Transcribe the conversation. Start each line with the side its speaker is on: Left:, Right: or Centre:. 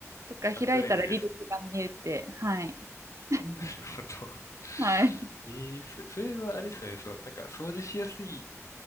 Right: とか、
Left: サプライズです。
Right: 開いたら履歴が見えて、はい。<laughs>
Left: <laughs> なるほど。
Right: はい。
Left: <laughs> ええそ、それはあれですよね。そう、なんか掃除しやすいっ